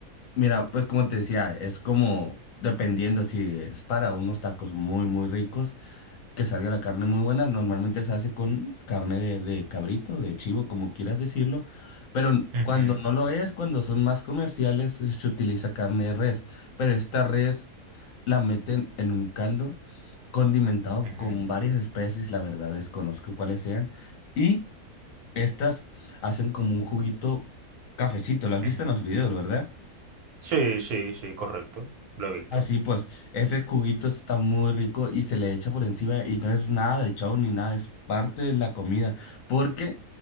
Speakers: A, on the left; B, on the right.
A: Mira, pues como te decía, es como dependiendo si es para unos tacos muy, muy ricos, que salga la carne muy buena. Normalmente se hace con carne de, de cabrito, de chivo, como quieras decirlo. Pero n-
B: Ujú,
A: cuando no lo es, cuando son más comerciales, se se utiliza carne de res. Pero esta res la meten en un caldo condimentado
B: ujú,
A: con varias especies, la verdad desconozco cuáles sean. Y estas hacen como un juguito cafecito. Lo has visto
B: ujú.
A: en los videos, ¿verdad?
B: Sí, sí, sí, correcto, lo he visto.
A: Así pues, ese juguito está muy rico y se le echa por encima y no es nada de chau ni nada, es parte de la comida, porque